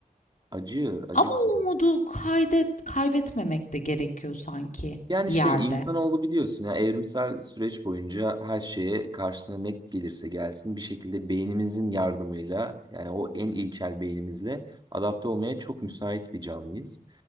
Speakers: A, on the right; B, on the left.
A: Acı, acı
B: Ama
A: bir durum.
B: o umudu kaydet, kaybetmemek de gerekiyor sanki
A: Yani
B: bir
A: şey
B: yerde.
A: insanoğlu biliyorsun ya evrimsel süreç boyunca her şeye karşısına ne gelirse gelsin bir şekilde beynimizin yardımıyla yani o en ilkel beynimizle adapte olmaya çok müsait bir canlıyız.